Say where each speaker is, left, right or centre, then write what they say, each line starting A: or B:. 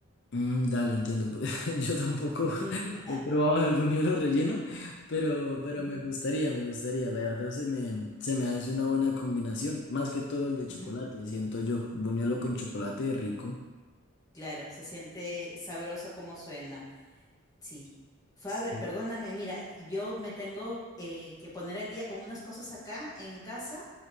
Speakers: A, on the left; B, on the left.
A: Mm, dale, entiendo. <laughs> Yo tampoco <laughs>
B: <laughs>
A: he probado el buñuelo relleno, pero, pero
B: Ujú,
A: me gustaría, me gustaría. La verdad se me, se me hace una buena combinación, más que todo el de chocolate,
B: ujú.
A: siento yo. Buñuelo con chocolate rico.
B: Claro, se siente sabroso como suena. Sí. Faber,
A: Sí,
B: perdóname, mira, yo me tengo eh, que poner al día con unas cosas acá en casa.